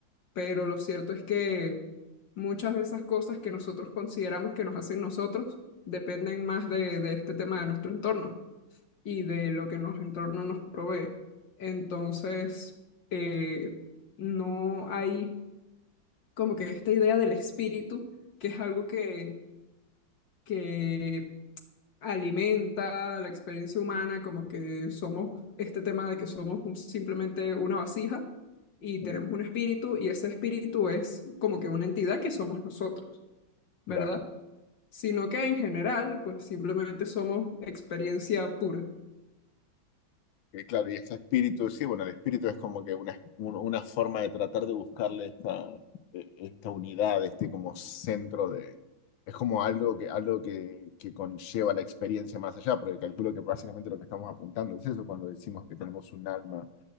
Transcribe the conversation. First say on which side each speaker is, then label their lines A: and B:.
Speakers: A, on the left (about 70°); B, on the left (about 80°).
A: pero lo cierto es que muchas de esas cosas que nosotros consideramos que nos hacen nosotros dependen más de, de este tema de nuestro entorno y de lo que nuestro entorno nos provee. Entonces, eh, no hay como que esta idea del espíritu, que es algo que, que alimenta la experiencia humana, como que somos este tema de que somos un- simplemente una vasija y
B: Ujú.
A: tenemos un espíritu y ese espíritu es como que una entidad que somos nosotros, ¿verdad?
B: Claro,
A: Sino que en general, pues simplemente somos experiencia pura.
B: Eh, claro, y este espíritu, sí, bueno, el espíritu es como que una, un- una forma de tratar de buscarle esta, eh, esta unidad, este como centro de... Es como algo que, algo que, que conlleva la experiencia más allá, porque calculo que básicamente lo que estamos apuntando es eso cuando decimos que tenemos un alma